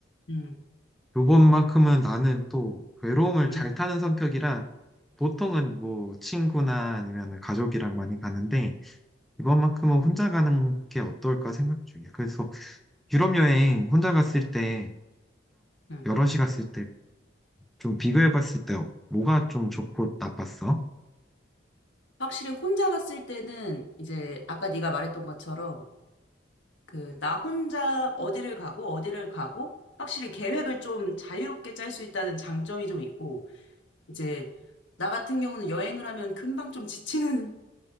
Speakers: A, on the left; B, in the centre.
A: 음,
B: 요번만큼은 나는 또 외로움을
A: 음,
B: 잘 타는 성격이라 보통은 뭐 친구나 아니면 가족이랑 많이 가는데, 이번만큼은 혼자 가는 게 어떨까 생각 중이야. 그래서 유럽 여행 혼자 갔을 때랑
A: 음.
B: 여럿이 갔을 때 좀 비교해 봤을 때 뭐가 좀 좋고 나빴어?
A: 확실히 혼자 갔을 때는 이제 아까 네가 말했던 것처럼 그 나 혼자 어디를 가고 어디를 가고 확실히 계획을 좀 자유롭게 짤 수 있다는 장점이 좀 있고 이제 나 같은 경우는 여행을 하면 금방 좀 지치는